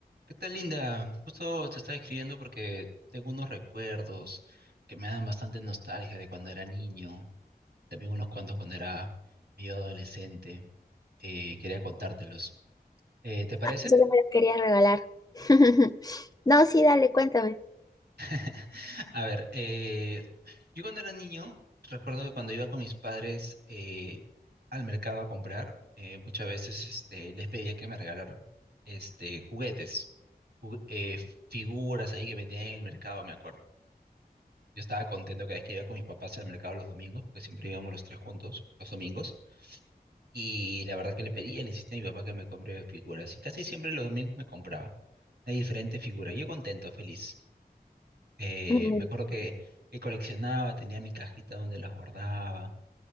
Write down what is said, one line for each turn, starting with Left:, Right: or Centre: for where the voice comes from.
Right: ¿Qué tal, Linda? Justo te estaba escribiendo porque tengo unos recuerdos que me dan bastante nostalgia de cuando era niño, también unos cuantos cuando era medio adolescente. Eh, quería contártelos. Eh, ¿te parece?
Left: solo me los quería regalar. <laughs> No, sí, dale, cuéntame.
Right: <laughs> A ver, eh, yo cuando era niño, recuerdo que cuando iba con mis padres eh, al mercado a comprar, eh, muchas veces este, les pedía que me regalaran este, juguetes, ju- eh, figuras ahí que vendían en el mercado, me acuerdo. Yo estaba contento cada vez que iba con mis papás al mercado los domingos, porque siempre íbamos los tres juntos los domingos. Y la verdad que le pedía, le insistía a mi papá que me compre figuras. Y casi siempre los domingos me compraba una diferente figura. Yo contento, feliz. Eh,
Left: Mm,
Right: me acuerdo que, que coleccionaba, tenía mi cajita donde las guardaba.